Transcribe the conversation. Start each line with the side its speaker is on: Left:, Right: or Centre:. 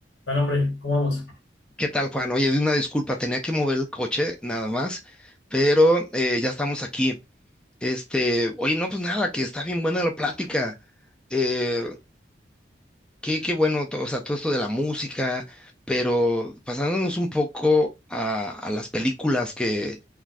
Left: Bueno, hombre, ¿cómo vamos?
Centre: ¿Qué tal, Juan? Oye, una disculpa, tenía que mover el coche nada más, pero eh, ya estamos aquí. Este, oye, no, pues nada, que está bien buena la plática. Eh, qué, qué bueno, to- o sea, todo esto de la música, pero pasándonos un poco a, a las películas que,